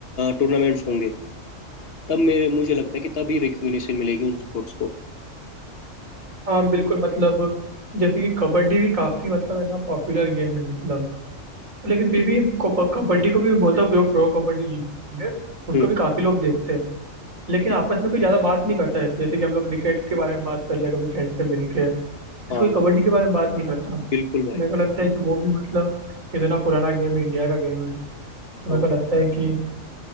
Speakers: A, on the left; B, on the right.
A: टूर्नामेंट्स होंगे तब मेरे मुझे लगता है कि तभी रिकग्निशन मिलेगी उन स्पोर्ट्स को
B: हाँ बिल्कुल मतलब जैसे कि कबड्डी भी काफी मतलब है ना पॉपुलर गेम है मतलब लेकिन फिर भी को- कबड्डी को भी मैं बोलता हूँ प्रो प्रो कबड्डी लीग है उसको
A: हम्म
B: भी काफी लोग देखते हैं लेकिन आपस में कोई ज्यादा बात नहीं करता है जैसे कि हम लोग क्रिकेट के बारे में बात कर लिया कभी फ्रेंड से मिलके ऐसे
A: हाँ
B: कोई कबड्डी के बारे में बात नहीं करता तो
A: बिल्कुल भाई
B: मेरे को लगता है कि वो भी मतलब इतना पुराना गेम है इंडिया का गेम है तो मेरे
A: हाँ
B: को लगता है कि